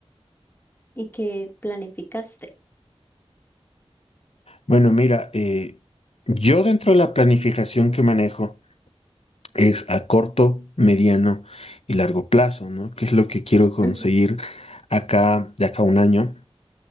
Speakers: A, on the left; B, on the left.
A: Y qué planificaste.
B: Bueno, mira, eh, yo dentro de la planificación que manejo, es a corto, mediano y largo plazo, ¿no? ¿Qué es lo que quiero conseguir
A: Ujú,
B: acá, de acá a un año,